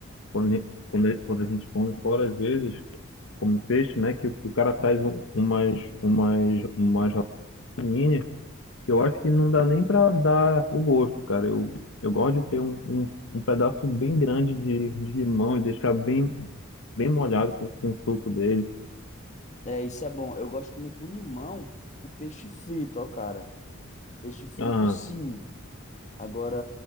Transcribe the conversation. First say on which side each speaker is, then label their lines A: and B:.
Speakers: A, on the left (about 65°); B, on the left (about 35°).
A: quando, a- quando, a- quando a gente come fora, às vezes, come peixe, né? Que, que o cara traz um, umas, umas, umas rolinhas, que eu acho que não dá nem pra dar o gosto, cara. Eu, eu gosto de ter um, um, um pedaço bem grande de, de limão e deixar bem, bem molhado com, com o suco dele.
B: É, isso é bom. Eu gosto de comer com limão o peixe frito, ó, cara. Peixe frito,
A: Ah,
B: sim. Agora,